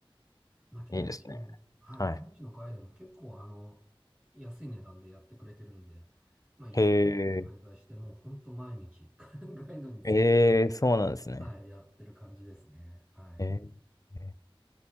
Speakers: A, on the right (about 15°); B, on the left (about 40°).
A: まあ現地の、
B: いいですね。
A: はい、
B: はい。
A: 現地のガイドも結構あの、安い値段でやってくれてるんで、まあ一週間くらい滞在して、
B: へえ、
A: もうほんと毎日 <laughs> ガイドにつき、
B: ええ、
A: で、
B: そうなんですね。
A: はい、やってる感じですね。はい。
B: ええ、